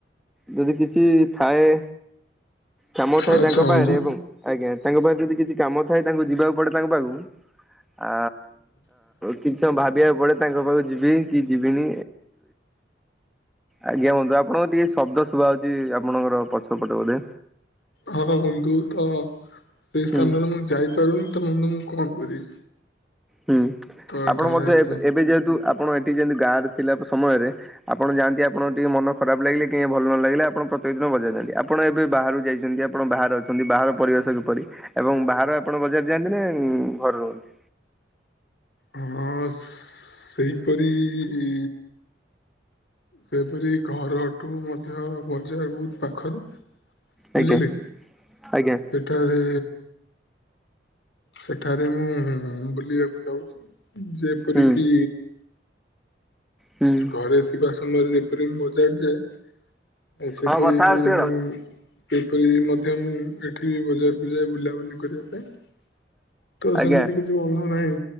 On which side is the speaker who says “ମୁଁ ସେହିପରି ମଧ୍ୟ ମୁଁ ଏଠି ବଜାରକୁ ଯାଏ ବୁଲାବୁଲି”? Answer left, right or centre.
Left